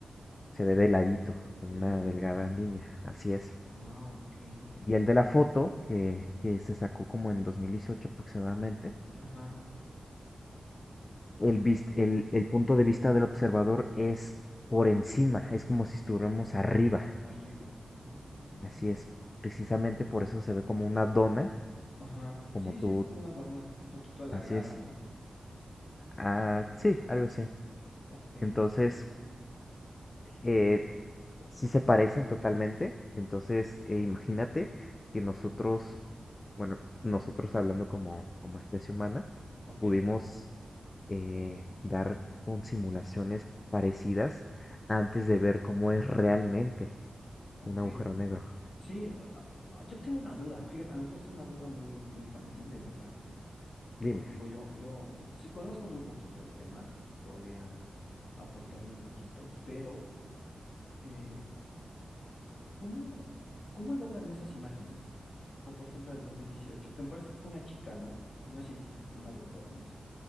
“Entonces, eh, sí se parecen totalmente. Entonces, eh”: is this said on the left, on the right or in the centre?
Left